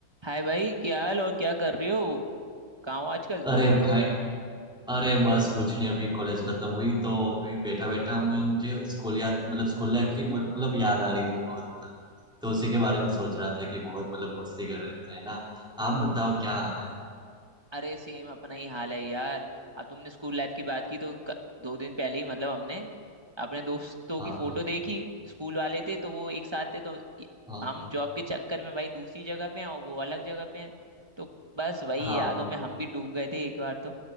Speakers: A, on the right (about 20°); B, in the centre.
A: हाय भाई क्या हाल और क्या कर रही हो कहाँ हो आजकल
B: अरे भाई अरे बस कुछ नहीं अभी कॉलेज खत्म हुई तो अभी बैठा बैठा मैं मुझे स्कूल याद मतलब स्कूल लाइफ की मतलब याद आ रही थी बहुत तो उसी के बारे में सोच रहा था कि बहुत मतलब मस्ती कर रहे थे है ना आप बताओ क्या हाल है
A: अरे सेम अपना ही हाल है यार अब तुमने स्कूल लाइफ की बात की तो क- दो दिन पहले ही मतलब हमने अपने दोस्तों
B: हाँ
A: की फोटो
B: हाँ
A: देखी स्कूल वाले थे तो वो एक साथ थे तो ये-
B: हाँ
A: हम जॉब के चक्कर में भाई दूसरी जगह पे हैं और वो अलग जगह पे हैं तो बस वही
B: हाँ
A: यादों में हम भी डूब गए थे एक बार तो